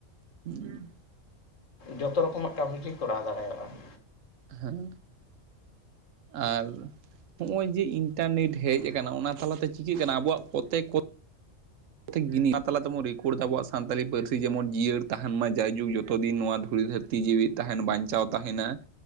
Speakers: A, on the right; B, on the left.
A: <inaudible>
B: ᱡᱚᱛᱚ ᱨᱚᱠᱚᱢᱟᱜ ᱠᱟᱹᱢᱤᱜᱮ ᱠᱚᱨᱟᱣ ᱫᱟᱲᱮᱣᱟᱜᱼᱟ ᱾
A: ᱦᱮᱸ ᱟᱨ ᱱᱚᱜᱼᱚᱭ ᱡᱮ ᱤᱱᱴᱟᱨᱱᱮᱴ ᱦᱮᱡ ᱟᱠᱟᱱᱟ ᱚᱱᱟ ᱛᱟᱞᱟᱛᱮ ᱪᱤᱠᱟᱹᱜ ᱠᱟᱱᱟ ᱟᱵᱚᱣᱟᱜ ᱯᱨᱚᱛᱮᱠ ᱠᱚ ᱡᱤᱱᱤ ᱚᱱᱟ ᱛᱟᱞᱟ ᱛᱮᱵᱚᱱ ᱨᱮᱠᱚᱨᱰ ᱫᱟ ᱟᱵᱚᱣᱟᱜ ᱥᱟᱱᱛᱟᱞᱤ ᱯᱟᱹᱨᱥᱤ ᱡᱮᱢᱚᱱ ᱡᱤᱭᱟᱹᱲ ᱛᱟᱦᱮᱱ ᱢᱟ ᱡᱟᱭᱡᱩᱜᱽ ᱡᱚᱛᱚ ᱫᱤᱱ ᱱᱚᱣᱟ ᱫᱷᱩᱲᱤ ᱫᱷᱟᱹᱨ ᱡᱤᱣᱤ ᱛᱟᱦᱮᱱ ᱵᱟᱧᱪᱟᱣ ᱛᱟᱦᱮᱱᱟ